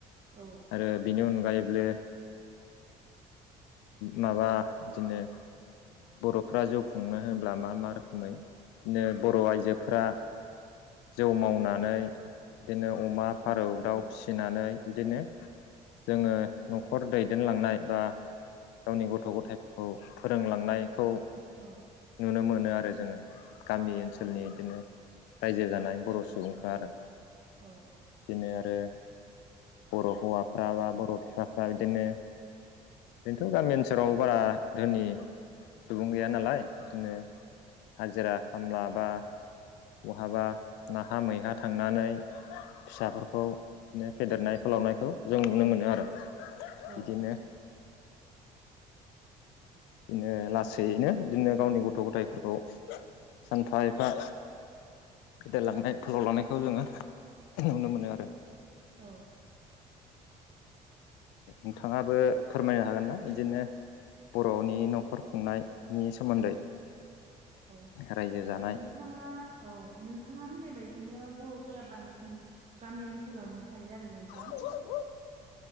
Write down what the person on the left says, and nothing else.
आरो बेनि अनगायैबो माबा बिदिनो बर'फ्रा जिउखुंनो होनोब्ला मा मा रोखोमैनो बर' आइजोफ्रा जौ मावनानै बिदिनो अमा फारौ दाउ
फिसिनानै बिदिनो जोंङो न'खर दैदेनलांनाय बा गावनि गथ' गथायफोरखौ फोरोंलांनायखौ
नुनो मोनो आरो जोंङो‌। गामि ओनसोलनि
बिदिनो रायजो जानाय बर' सुबुंफ्रा आरो
बिदिनो आरो बर' हौवाफ्रा बा बर' बिफाफ्रा बिदिनो बेनोथ' गामि ओनसोलाव बारा धोनि सुबुं गैया नालाय। बिदिनो हाजिरा। खामला बा बहाबा नाहा मैहा थांनानै फिसाफोरखौ बिदिनो फेदेरनाय फोलावनायखौ जों नुनो मोनो आरो
बिदिनो बिदिनो लासैनो बिदिनो गावनि गथ' गथायफोरखौ। सानफा एफा। फेदेरलांनाय फोलाव लांनायखौ जोंङो नुनो मोनो आरो
नोंथाङाबो फोरमायनो हागोन ना बिदिनो बर'नि न'खर खुंनायनि सोमोन्दै।
रायजो जानाय
<inaudible>